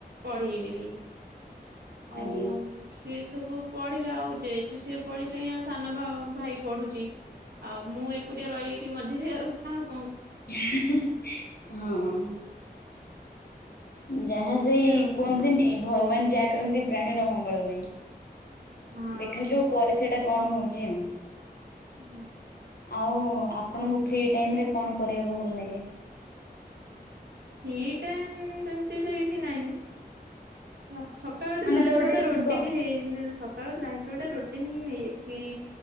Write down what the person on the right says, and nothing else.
ପଢିବି ବେଲିକି । ଆଉ
। ସିଏ ସବୁ ପଢି଼ଲା ଆଉ ଯେହେତୁ ସିଏ ପଢ଼ିଲେଇଁ ଆଉ ସାନ ଭାଉ ଭାଇ ପଡ଼ୁଛି। ଆଉ ମୁଁ ଏକୁଟିଆ ରହିଗଲି ମଝିରେ ଆଉ ହା ଉ ।
ଏମିତି
ଆଉ
ହଁ।
ହୁଁ।
ସେଇଟା ସେମିତି ତ କିଛି ନାଇ ଆ ସ ସକାଳୁ ଠୁ
ଲାଇଫ
ର ଗୋଟା ରୋଟିନ
ହେଇଯାଇଚି ନା ନ ସକାଳ ଲାଇଫ ର ଗୋଟା ରୋଟିନ୍ ହିଁ ହେଇଯାଇଛି କି।